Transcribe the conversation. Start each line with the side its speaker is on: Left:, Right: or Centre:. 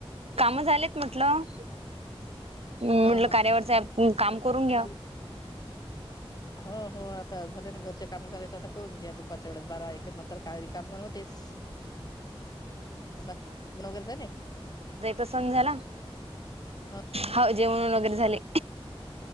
Right: काम झालेत म्हटलं म्हणून
Left: ह
Right: म्हटलं
Left: ह
Right: कार्यावरच
Left: ह
Right: ॲप काम करून घ्याव
Left: मुलगी हो हो आता झाल्या ना घरच्या काम झालेत आता करून घ्या दुपारच्या वेळेस बारा एक नंतर का काम पण होतेच बाकी जेवण वगैरे झाले
Right: तसं जाऊन झाला.
Left: हो
Right: हाव जेवण वगैरे झाले